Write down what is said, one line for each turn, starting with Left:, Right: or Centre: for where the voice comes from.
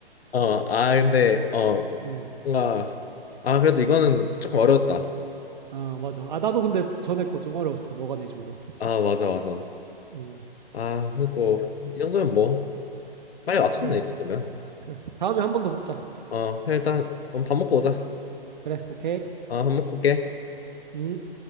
Left: 어, 아 근데 어
Right: 음,
Left: 뭔가 아 그래도 이거는 조금 어려웠다.
Right: 아 맞아 아 나도 근데 전에 거 좀 어려웠어 너가 내준 거
Left: 아 맞아 맞아.
Right: 음,
Left: 아 근데 뭐 이 정도면 뭐 빨리 맞췄네
Right: 그래
Left: 이 정도면.
Right: 그래 다음에 한 번 더 붙자
Left: 어 그래, 일단 밥 먹고 오자.
Right: 그래 오케이
Left: 아 밥 먹고 올게.
Right: 음